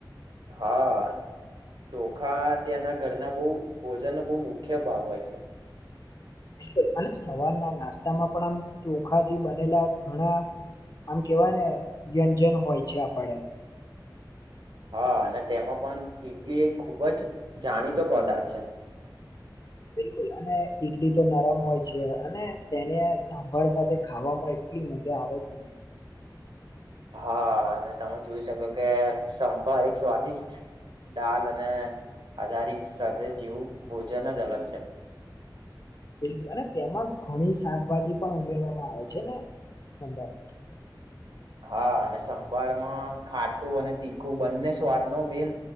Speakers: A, on the right; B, on the left.
A: હા. ચોખા ત્યાંના ઘરના બઉ ભોજનનો બઉ મુખ્ય ભાગ હોય છે.
B: બિલકુલ અને સવારના નાસ્તામાં પણ આમ ચોખાથી બનેલા ઘણા આમ કેવાય ને વ્યંજન હોય છે આપડે.
A: હા અને તેમાં પણ ઈડલી એ ખૂબ જ જાણીતો પદાર્થ છે.
B: <inaudible> <inaudible> બિલકુલ અને ઈડલી તો નરમ હોય છે અને તેને સાંભળ સાથે ખાવા માં એ કેટલી મજા આવે છે ને.
A: હા અને તમે જોઈ શકો કે સંભાર એક સ્વાદિષ્ટ દાલ અને આધારિક સાથે જેવું ભોજન જ અલગ છે.
B: બિલકુલ અને તેમાં ઘણી શાકભાજી પણ ઉમેરવામાં આવે છે ને. સંભાર.
A: હા અને સંભાળમાં ખાટું અને તીખું બંને સ્વાદ ન મેલ